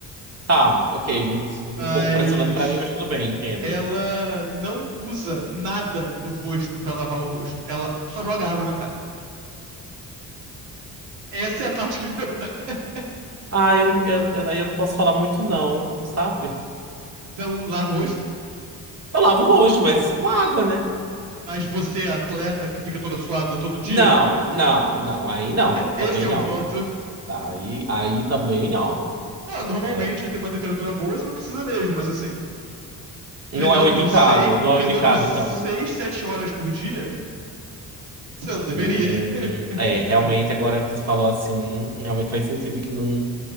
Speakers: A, on the right; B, on the right.
A: Tá, ok. Um
B: Mas
A: um pouco impressionante pra mim, mas tudo bem, entendo.
B: ela não usa nada no rosto pra lavar o rosto. Ela só joga água na cara. Essa é a parte que me pegou. <laughs>
A: Ah, eu, eu, eu, daí eu não posso falar muito, não, sabe?
B: Então, lava o rosto,
A: Eu lavo o rosto, mas com água, né?
B: mas você, atleta, que fica toda suada todo dia.
A: Não, não, não. Aí não, também
B: Esse é
A: não.
B: o ponto.
A: Tá, Aí, aí também não.
B: Não, normalmente
A: né?
B: tem uma temperatura boa, você não precisa mesmo, mas assim, treinando
A: Não é o indicado,
B: seis,
A: não
B: treinando
A: é o indicado,
B: seis,
A: então.
B: sete horas por dia, você não deveria,
A: Hum,
B: <laughs>
A: é,
B: entendeu?
A: realmente, agora que você falou assim, realmente faz sentido que não,